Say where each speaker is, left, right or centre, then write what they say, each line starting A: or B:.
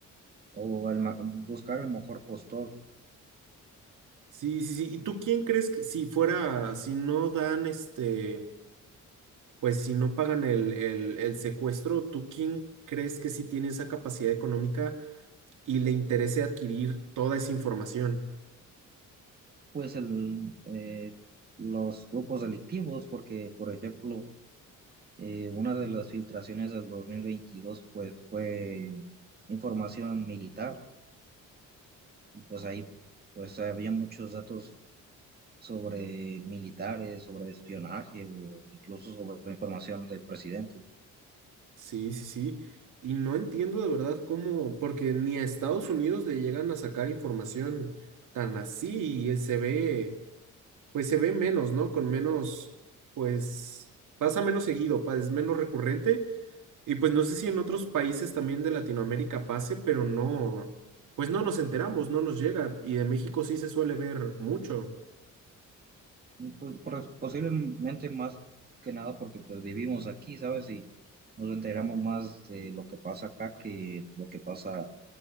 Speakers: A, on the right (about 30°); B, on the right (about 70°).
A: o el ma- buscar el mejor postor,
B: Sí, sí, sí. ¿Y tú quién crees que si fuera, si no dan este... pues si no pagan el, el- el secuestro, ¿tú quién crees que sí tiene esa capacidad económica y le interese adquirir toda esa información?
A: pues el, eh, los grupos delictivos, porque por ejemplo, eh, una de las filtraciones del 2022 pues fue información militar, y pues ahí pues había muchos datos sobre militares, sobre espionaje o incluso sobre información del presidente.
B: Sí, sí, sí. Y no entiendo de verdad cómo, porque ni a Estados Unidos le llegan a sacar información tan así y se ve, pues se ve menos, ¿no? Con menos, pues pasa menos seguido, pa- es menos recurrente Y pues no sé si en otros países también de Latinoamérica pase, pero no, pues no nos enteramos, no nos llega. Y de México sí se suele ver mucho.
A: Y, pues, pros- posiblemente más que nada porque pues vivimos aquí, ¿sabes? Y nos enteramos más de lo que pasa acá que lo que pasa